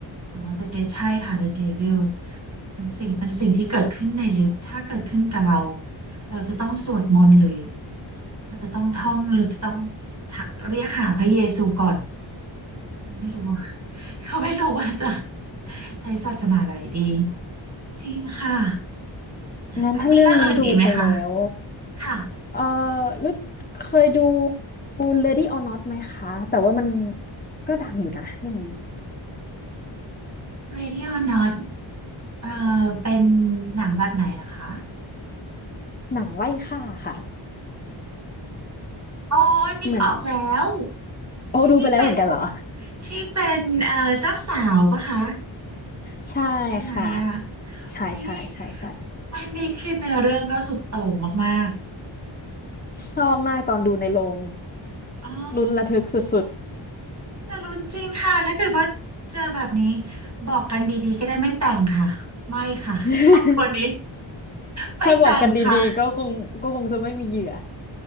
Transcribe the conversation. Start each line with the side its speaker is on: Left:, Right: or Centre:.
Right: อ๋อ The Dead ใช่ค่ะ The Devil เป็นสิ่งเป็นสิ่งที่เกิดขึ้นในลิฟต์ถ้าเกิดขึ้นกับเราเราจะต้องสวดมนต์หรือเราจะต้องท่องเราจะต้องเรียกหาพระเยซูก่อนไม่รู้ว่า <laughs> เขาไม่รู้ว่าจะใช้ศาสนาใดดี จริงค่ะ
Left: <laughs> งั้นถ้าเรื่องนี้ดูไปแล้ว
Right: แล้วมีเรื่องอื่นอีกไหมคะค่ะ
Left: เออรู้เคยดู Lady or Not ไหมคะ แต่ว่ามันก็ดังอยู่นะเรื่องนี้
Right: Radio Not เอ่อเป็นหนังแบบไหนล่ะคะ
Left: หนังไล่ฆ่าค่ะ
Right: อ๋อนึกออกแล้ว
Left: เหมือนโอ้ดูไปแล้วเหมือนกันเหรอ
Right: ที่เป็นที่เป็นเอ่อเจ้าสาวปะคะ
Left: <laughs> ใช่
Right: ใช่ไหมอ่ะ
Left: ค่ะ ใช่ใช่ใช่ใช่
Right: อุ๊ยอันนี้คือเนื้อเรื่องก็สุดโต่งมาก
Left: ชอบมากตอนดูในโรง
Right: ๆอ๋อ
Left: ลุ้นระทึกสุด
Right: แต่รุนจริงค่ะถ้าเกิดว่าเจอแบบนี้บอกกันดีๆก็ได้ไม่แต่งค่ะไม่ค่ะ
Left: <laughs>
Right: <laughs> ครอบครัวนี้ไม่แต่งค่ะ
Left: ถ้าบอกกันดีๆก็คงก็คงจะไม่มีเหยื่อ